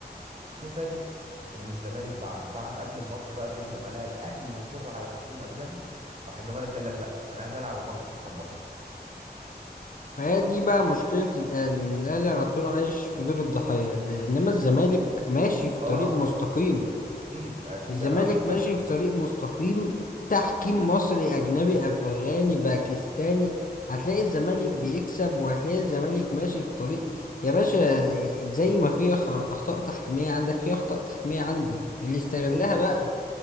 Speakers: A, on the right; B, on the left.
A: نفاجئ ان الزمالك بعد بعد قبل الماتش بقى بيوم لما لقى الاهلي مصر على تحكيم اجنبي راح الزمالك قال لك لا انا عايز العب الماتش بحكم مصري
B: ما هي دي بقى مشكلة الأهلي إن الأهلي على طول عايش في دور الضحية ل- إنما الزمالك ماشي في
A: اه
B: طريق مستقيم
A: اكيد اكيد
B: الزمالك
A: انا واخد بالي
B: ماشي في
A: ان
B: طريق مستقيم تحكيم
A: مم.
B: مصري أجنبي أفغاني باكستاني هتلاقي الزمالك بيكسب وهتلاقي الزمالك ماشي في طريق يا باشا زي ما في أخ- أخطاء تحكيمية عندك في أخطاء تحكيمية عندي اللي استغلها
A: ج... ج...
B: بقى
A: ج...